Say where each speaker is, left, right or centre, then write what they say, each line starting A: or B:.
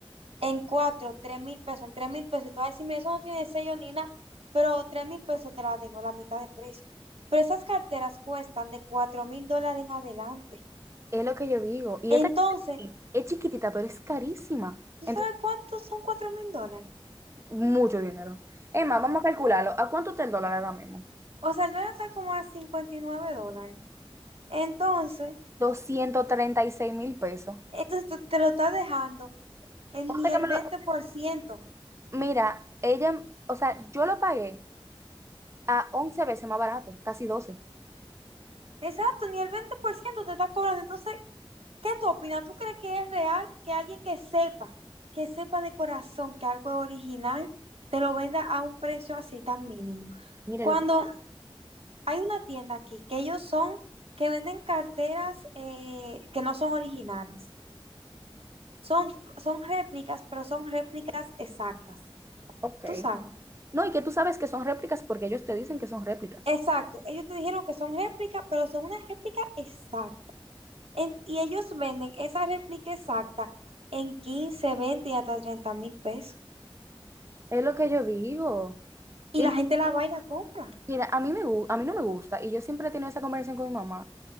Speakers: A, on the right; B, on the right.
A: en cuatro tres mil pesos, en tres mil pesos. Y tú vas a decirme eso no tiene sello ni nada, pero tres mil pesos te la dejo, la mitad de precio. Pero esas carteras cuestan de cuatro mil dólares en adelante.
B: es lo que yo digo. Y
A: Entonces,
B: esta es chiquitita, pero es carísima.
A: ¿tú
B: Entonces,
A: sabes cuántos son cuatro mil dólares?
B: mucho dinero. Es más, vamos a calcularlo. ¿A cuánto está el dólar ahora mismo?
A: O sea, el dólar está como a 59 dólares. Entonces,
B: 236 mil pesos.
A: esto te te lo está dejando en
B: Ponte
A: ni el
B: que me
A: veinte
B: lo-
A: por ciento
B: Mira, ella, o sea, yo lo pagué a 11 veces más barato, casi 12.
A: Exacto, ni el 20% te está cobrando. Entonces, ¿qué tú opinas? ¿Tú crees que es real que alguien que sepa, que sepa de corazón que algo es original, te lo venda a un precio así tan mínimo?
B: Mire
A: Cuando
B: lo que...
A: hay una tienda aquí que ellos son, que venden carteras eh, que no son originales, son, son réplicas, pero son réplicas exactas.
B: Ok,
A: ¿Tú sabes?
B: No, y que tú sabes que son réplicas porque ellos te dicen que son réplicas.
A: Exacto, ellos te dijeron que son réplicas, pero son una réplica exacta. En- y ellos venden esa réplica exacta en quince, veinte, y hasta treinta mil pesos.
B: Es lo que yo digo.
A: Y
B: Y
A: la gente la va y la compra.
B: mira, a mí me, gu- a mí no me gusta y yo siempre he tenido esa conversación con mi mamá.